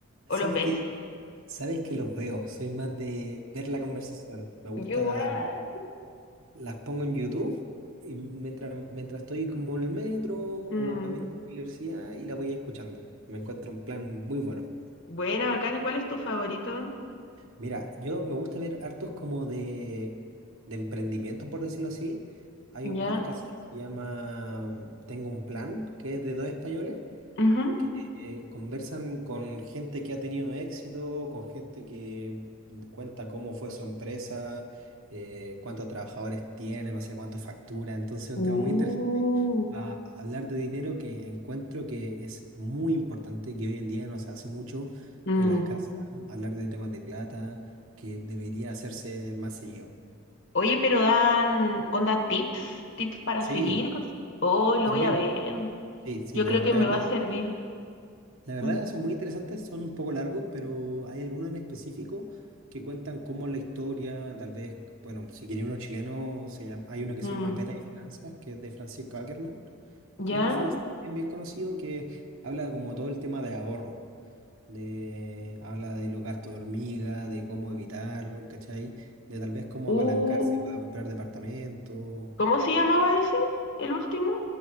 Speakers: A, on the left (about 60°); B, on the right (about 70°).
A: o
B: ¿sabes
A: los ves?
B: qué? ¿Sabes que los veo? Soy más de ver la conversación. Me gusta,
A: Yo igual.
B: las pongo en YouTube y mientras, mientras estoy como en el metro o
A: Mm,
B: camino a la universidad y la voy escuchando. Me encuentro un plan muy bueno.
A: Buena, bacán, ¿y cuál es tu favorito?
B: Mira, yo me gusta ver hartos como de, de emprendimiento, por decirlo así. Hay
A: Ya.
B: un podcast que se llama mm, Tengo un plan, que es de dos españoles,
A: Ujú.
B: que eh, conversan con gente que ha tenido éxito, con gente que cuenta cómo fue su empresa, eh, cuántos trabajadores tiene, no sé cuánto factura. Entonces es
A: Uh.
B: un tema muy interesante a hablar de dinero que encuentro que es muy importante, que hoy en día no se hace mucho
A: Mm.
B: en las casas, hablar de temas de plata, que debería hacerse más seguido.
A: Oye, pero dan onda tips, tips para
B: Sí,
A: seguir. y cosas. Oh, lo
B: también.
A: voy a ver.
B: Sí, sí,
A: Yo
B: la,
A: creo que
B: la
A: me
B: verdad,
A: va a servir.
B: la verdad
A: Mm.
B: son muy interesantes, son un poco largos, pero hay algunos en específico que cuentan cómo la historia, tal vez, bueno, si quiere uno chileno, se llama- hay uno que
A: Mm.
B: se llama Pera y Finanzas, que es de Francisco Ackerman,
A: ¿Ya?
B: que es un influencer bien, bien conocido que habla como todo el tema de ahorro. de, habla de los gastos de hormiga, de cómo evitar, ¿cachai? De tal vez cómo
A: Uh,
B: apalancarse para comprar departamentos
A: ¿cómo se llamaba ese? ¿El último?